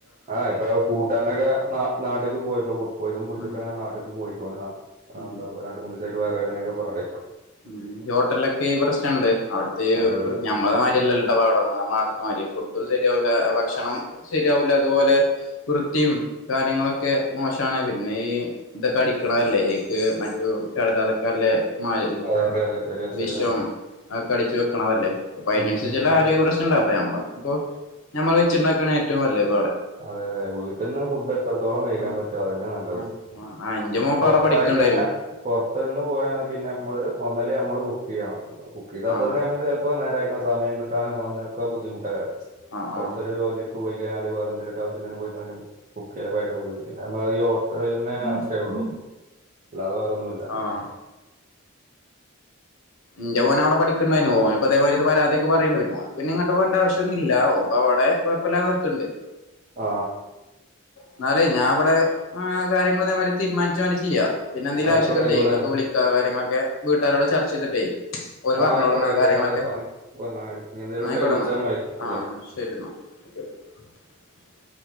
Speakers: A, on the right; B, on the left.
A: ആ ഇപ്പൊ കൂട്ടാരനൊക്കെ ന നാട്ടേക്ക് പോയി ഇപ്പൊ ഫുഡ് പോയിസൺ പിടിച്ചിട്ട്
B: ഉം
A: നാട്ടേക്ക് പോയി. ഇപ്പോവനിതാ
B: ഉം
A: എന്താ രണ്ടു മൂന്ന് ദിവസ ആയിട്ട് വയറു വേദനൊക്കെ പറേനൊണ്ടെ.
B: ഉം ഹോട്ടലിലൊക്കെ ഈ പ്രശ്നംണ്ട് അവിടുത്തെ,
A: അതെ
B: നമ്മട്ത് മാതിരില്ലല്ലോ ഇടപാടൊന്നും, നമ്മടാട്ടത്തെ മാതിരി ഫുഡും ശരിയാവില്ല ഭക്ഷണം ശരിയാവൂല അതുപോലെ വൃത്തിയും കാര്യങ്ങളൊക്കെ മോശ ക്കാണ്, പിന്നെ ഈ ഇതൊക്കെ അടിക്കണതല്ലേ, മറ്റു കടതൊക്കെല്ലേ മായ
A: അതെ അതെ അതെ ശരിയാണ്
B: വിഷം
A: ശരിയാണ്.
B: അതൊക്കെ അടിച്ചു വെക്കണതല്ലേ, അപ്പ അതിനനുസരിചൊള്ള
A: ഉം ഉം.
B: ആരോഗ്യപ്രശ്നം. ഉണ്ട്ഞമ്മക്കിപ്പോഞമ്മ വെച്ചിണ്ടാക്കാണ് ഏറ്റവുംനല്ലത്.
A: അതെതെ വീട്ടിൽന്ന് ഫുഡ് എത്രത്തോളം കഴിക്കാൻ
B: ആ
A: പറ്റ്വോ അതന്നെ നല്ലത്.
B: ആഹ് ആഹ് ആഹ് ഇന്റെ മോൻപ്പ
A: പൊറത്തായിക്കഴിഞ്ഞാ
B: അവിടെ പഠിക്ക്ണ്ടായിനു
A: പൊറത്ത നിന്ന് പോയാണ് പിന്നെ നമ്മള് ഒന്നല്ലേ നമ്മള് കുക്ക് ചെയ്യണം കുക്ക് ചെയ്താത്തന്നെ
B: ആഹ്
A: നമുക്ക് ചെലപ്പോ നേരെ കഴിക്കാൻ സമയം കിട്ടും. ട്ടാനുവതിനൊക്കെ ബുദ്ധിമുട്ടാകരം
B: ആഹ് ആഹ്
A: പുറത്തൊരു ജോലിക്ക് പോയി കഴിഞ്ഞാല് വേറെ എന്തെലൊക്കെ ആവശ്യത്തിന് പോയിക്കഴിഞ്ഞ ബുക്ക്‌ ചെയ്യല് ഭയങ്കര ബുദ്ധിമുട്ടാ പിന്നെ മ്മ ഈ ഹോട്ടൽ തന്നെ ആശ്രയം അത്രേള്ളൂ അല്ലാതെ വേറൊന്നുമില്ല.
B: ആഹ് എന്റെ മോൻ അവിടെ പഠിക്കണ്ടായിനു ഓൻ ഇപ്പതേമാരിത്തെ പരാതി ഒക്കെ പറയണ്ട് പിന്നെ ഓനു പിന്നിങ്ങട്ട് പോകണ്ട ആവശ്യം ഒന്നില്ലേറെ ഓന്ക്കവിടെ എ വെപ്പലാതൊക്കെ ഉണ്ട്.
A: ആ
B: എന്നാലേ ഞാൻ ഇവിടെ ആ കാര്യങ്ങൾ അതേമാതിരി തീരുമാനിച്ച പിന്നെന്തേലും
A: ആയിക്കോട്ടെ
B: ആശ്യക്കണ്ടേ
A: ആയിക്കോട്ടെ
B: നിങ്ങക്ക് വിളിക്കുക കാര്യങ്ങളൊക്കെ വീട്ടുകാരോട് ചർച്ച ചെയ്തിട്ടേ ഓരു പറഞ്ഞോളൂന്നാ
A: ആ ആയിക്കോട്ടെ ആയിക്കോട്ടെ
B: കാര്യങ്ങളൊക്കെ.
A: നിങ്ങള് പറഞ്ഞ ഇനി എന്തേലും
B: എന്നായിക്കോട്ടന്ന
A: ഉണ്ടെങ്കിൽ വിളിച്ചാൽ മതി
B: ആ
A: അല്ലേ
B: ശരിന്നാ. <unintelligible>